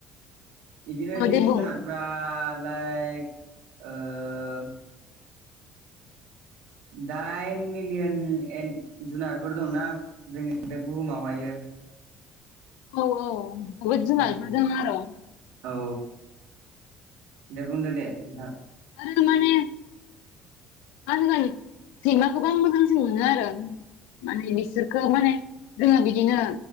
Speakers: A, on the right; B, on the left.
A: बिदिनो
B: औ
A: जिब
B: दे बुं
A: जुनारफ्रा लाइक ओ दाइन मिलियन एन जुनारफोर दंना जोंनि बे बुहुमावहायो
B: औ औ बुहुद जुनारफोर
A: उम
B: दों आरो
A: औ दे बुंदो दे नोंथां
B: आरो माने <unintelligible> <unintelligible> सैमाखौबो आं मोजांसिन मोनो आरो माने बिसोरखौ माने जोङो बिदिनो